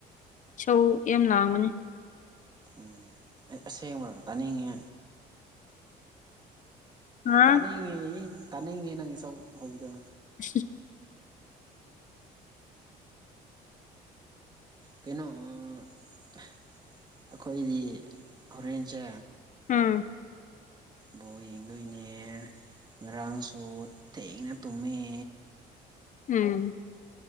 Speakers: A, on the left; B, on the right.
A: ꯏꯁꯧ ꯌꯥꯝ ꯂꯥꯡꯕꯅꯦ
B: ꯎꯝ ꯑꯩ ꯑꯁꯦꯡꯕꯔꯣ ꯇꯥꯅꯤꯡꯉꯤ
A: ꯍꯥ
B: ꯇꯥꯅꯤꯡꯉꯤ ꯇꯥꯅꯤꯡꯉꯦ ꯅꯪꯒꯤ ꯏꯁꯧ ꯍꯧꯕꯗꯣ
A: <unintelligible>
B: ꯀꯩꯅꯣ ꯑ ꯑꯩꯈꯣꯏꯗꯤ ꯍꯣꯔꯦꯟꯁꯦ
A: ꯎꯝ
B: ꯕꯣꯜ ꯌꯦꯡꯗꯣꯏꯅꯦ ꯉꯔꯥꯡꯁꯨ ꯊꯦꯡꯅ ꯇꯨꯝꯃꯦ
A: ꯎꯝ